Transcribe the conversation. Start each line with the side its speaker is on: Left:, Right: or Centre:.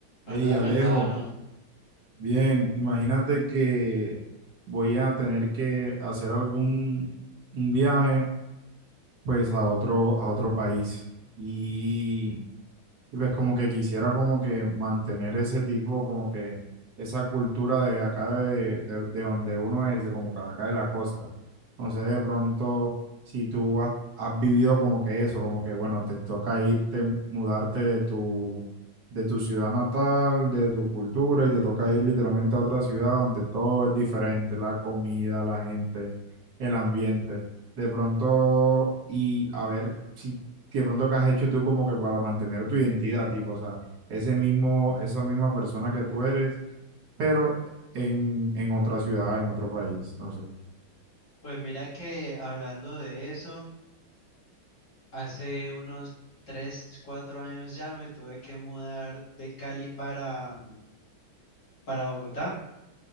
Left: Hola,
Right: Hey, Alejo,
Left: mano
Right: bien, imagínate que voy a tener que hacer algún un viaje pues a otro a otro país y y pues como que quisiera como que mantener ese tipo, como que esa cultura de acá de, de, de donde uno es, de como que de acá de la costa. Entonces de pronto, si tú has, has vivido como que eso, como que bueno, te toca irte, mudarte de tu, de tu ciudad natal, de tu cultura, y te toca ir literalmente a otra ciudad donde todo es diferente, la comida, la gente, el ambiente. De pronto, y a ver si que de pronto que has hecho tú como que para mantener tu identidad, tipo, o sea, ese mismo, esa misma persona que tú eres, pero en, en otra ciudad, en otro país, no sé.
Left: Pues mira que hablando de eso, hace unos 3 4 años ya me tuve que mudar de Cali para, mm, para Bogotá